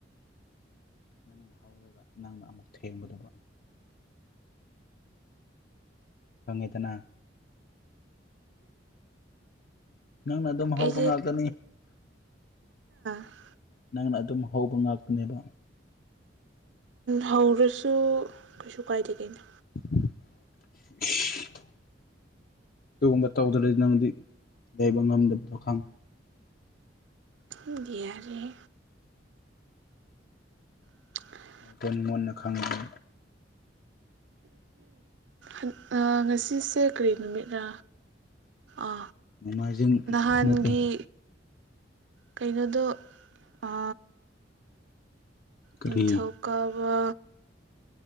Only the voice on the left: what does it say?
ꯅꯪꯅ ꯍꯧꯔꯒ ꯅꯪꯅ ꯑꯃꯨꯛ ꯊꯦꯡꯒꯗꯕ ꯀꯪꯉꯦꯗꯅ ꯅꯪꯅ ꯑꯗꯨꯝ
ꯍꯧꯕ ꯉꯥꯛꯇꯅꯤ
ꯅꯪꯅ ꯑꯗꯨꯝ ꯍꯧꯕ ꯉꯥꯛꯇꯅꯦꯕ
<unintelligible> ꯑꯗꯨꯒꯨꯝꯕ ꯇꯧꯗ꯭ꯔꯗꯤ ꯅꯪꯗꯤ ꯂꯩꯕ ꯉꯝꯗꯕꯗꯣ ꯈꯪꯑꯦ
ꯅꯇꯨꯟ ꯃꯨꯟꯅꯅ ꯈꯪꯑꯦ
ꯅꯣꯡꯃꯥꯏꯖꯤꯡ
ꯅꯠꯇꯦ
ꯀꯔꯤ